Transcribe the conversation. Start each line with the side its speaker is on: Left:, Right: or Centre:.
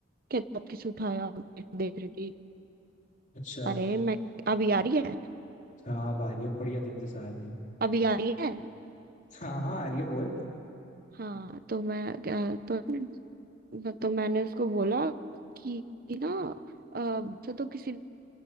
Right: कहता आप किसे उठाया देख देख रही थी
Left: अच्छा
Right: अरे मैं अभी आ रही है
Left: हाँ भाई बहुत बढ़िया तरीके से आ गई
Right: अभी आ रही है
Left: हाँ हाँ आ रही है बोल
Right: हाँ तो मैं अ, तो मैं- तो मैंने उसको बोला कि कि ना अ, से तो किसी